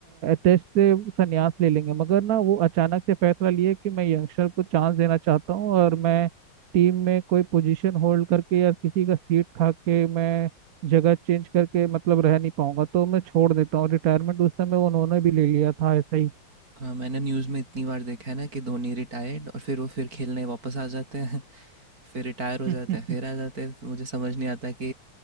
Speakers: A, on the right (about 60°); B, on the right (about 45°).
A: टेस्ट से संन्यास ले लेंगे मगर ना वो अचानक से फैसला लिए कि मैं यंगस्टर को चांस देना चाहता हूँ और मैं टीम में कोई पोजीशन होल्ड करके या किसी का सीट खा के मैं जगह चेंज करके मतलब रह नहीं पाऊंगा तो मैं छोड़ देता हूँ रिटायरमेंट उस समय उन्होंने भी ले लिया था ऐसा ही
B: हाँ मैंने न्यूज़ में इतनी बार देखा है ना कि धोनी रिटायर्ड और फिर वो फिर खेलने वापस आ जाते हैं <laughs> फिर रिटायर हो
A: <laughs>
B: जाते हैं फिर आ जाते हैं तो मुझे समझ नहीं आता कि